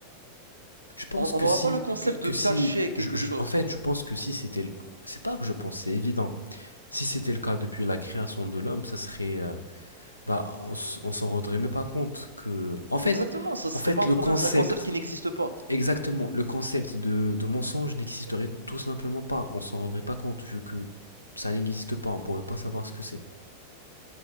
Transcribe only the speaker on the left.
Je pense
que
si,
que, que
si,
je- je-
en fait, je pense que si c'était, le- c'est pas que je pense, c'est évident. Si c'était le cas depuis la création de l'homme, ça serait, euh, bah, on, s- on s'en rendrait même pas compte que, en fait,
en fait,
le
concept,
exactement, le concept de, de mensonge n'existerait tout simplement pas. On s'en rendrait pas compte vu que ça n'existe pas. On pourrait pas savoir ce que c'est.